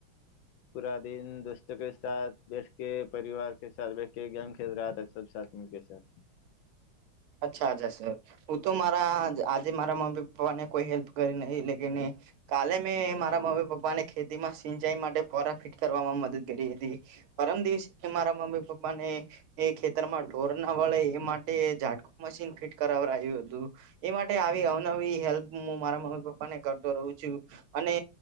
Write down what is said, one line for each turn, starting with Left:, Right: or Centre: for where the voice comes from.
Left: પૂરા દિન દોસ્તો કે સાથ બેઠ કે પરિવાર કે સા બેઠકે ગેમ ખેલ રહા સબકે સાથ સર
Right: અચ્છા અચ્છા સર હું તો મારા આજે મારા મમ્મી પપ્પાને કોઈ હેલ્પ કરી નહીં લેકિન કાલે મેં મારા મમ્મી પપ્પા ને ખેતીમાં સિંચાઈ માટે પોરા ફિટ કરવામાં મદદ કરી હતી. પરમ દિવસે મારા મમ્મી પપ્પા ને એ ખેતરમાં ઢોર ના વળે એ માટે જ મશીન ફિટ કરાવડાવ્યું તું. એ માટે આવી અવનવી હેલ્પ હું મારા મમ્મી પપ્પાને કરતો રહું છું. અને